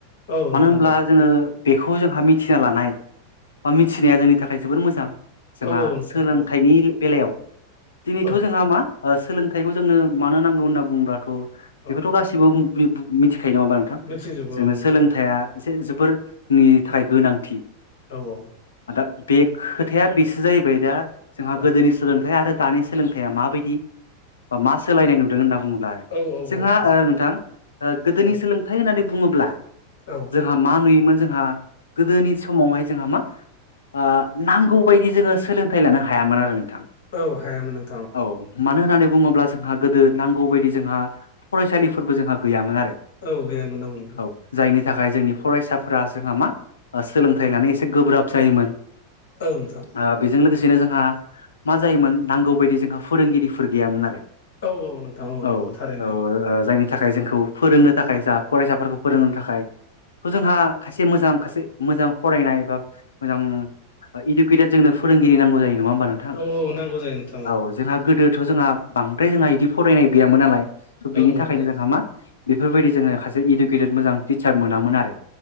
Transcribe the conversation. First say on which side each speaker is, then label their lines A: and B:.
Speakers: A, on the left; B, on the left.
A: औ नोंथां
B: मानो होनब्ला
A: औ
B: जोङो बेखौ जोंहा मिथिना लानाय बा मिथिनाया जोंनि थाखाय जोबोर मोजां। जोंहा
A: औ नोंथां
B: सोलोंथाइनि
A: औ
B: बेलायाव दिनैथ'
A: औ
B: जोंहा
A: नोंथां
B: मा सोलोंथाइखौ जोंनो मानो नांगौ होनना बुंङोबाथ'
A: औ
B: बेखौथ' गासै बो मिथिखायो नङा होमबा नोंथां
A: मिथिजोबो
B: जोंनो
A: औ मिथिबाय
B: सोलोंथाइआ एसे जोबोरनि थाखाय गोनांथि
A: औ औ
B: दा बे खोथाया बेसो जाहैबाय दा जोंहा
A: औ
B: गोदोनि सोलोंथाइ आरो दानि सोलोंथाइया माबायदि बा मा सोलायनाय नुदों होनना बुङोब्ला आरो।
A: औ औ
B: जोंहा
A: औ
B: ओ नोंथां ओ गोदोनि
A: औ
B: सोलोंथाइ होननानै बुङोब्ला
A: औ
B: जों- हा मा नुयोमोन जोंहा गोदोनि समावहाय जोंहा मा ओ नांगौ बायदि जोङो सोलोंथाइ लानो हायामोन आरो नोंथां।
A: औ हायामोन ओ
B: औ मानो होननानै बुङोब्ला जोंहा गोदो नांगौ बायदि जोंहा फरायसालिफोरबो जोंहा गैयामोन आरो।
A: औ <unintelligible> नोंथां
B: औ जायनि थाखाय जोंनि फरायसाफोरा जोंहा मा सोलोंथाइ लानाय एसे गोब्राब जायोमोन।
A: औ नोंथां।
B: ओ बेजों लोगोसेनो जोंहा मा जायोमोन नांगौबायदि जोंहा फोरोंगिरिफोर गैयामोन आरो।
A: औ औ नोंथां
B: औ
A: नंगौ थारैनो
B: औ औ जायनि थाखाय जोंखौ फोरोंनो थाखाय जा फरायसाफोरखौ फोरोंनो थाखाय थ' जोंहा खासे मोजां खासे मोजां फरायनाय एबा मोजां ओ इडुकेटेड जोंनो फोरोंगिरि नांगौ जायो नङा होमबा नोंथां?
A: औ औ नांगौ जायो नोंथां।
B: औ जोंहा गोदोथ' जोंहा बांद्राय जोंहा इदि फरायनाय गैयामोन नालाय स'
A: औ
B: बिनि थाखायनो
A: गैया
B: जोंहा मा बेफोरबायदि जोङो खासे इडुकेटेड मोजां टिचार मोनामोन आरो।